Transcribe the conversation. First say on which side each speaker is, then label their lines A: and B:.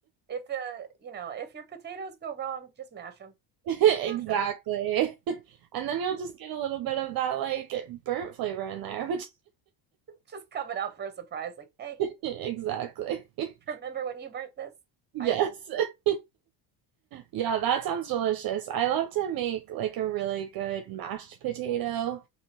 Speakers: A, on the right; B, on the right.
A: If uh, you know, if your potatoes go wrong, just mash them.
B: <laughs> Exactly.
A: Just mash them.
B: <laughs> And then you'll just get a little bit of that like burnt flavor in there, which
A: just coming out for a surprise, like, hey,
B: <laughs> exactly. <laughs>
A: remember when you burnt this?
B: Yes.
A: I do.
B: <laughs> Yeah, that sounds delicious. I love to make like a really good mashed potato.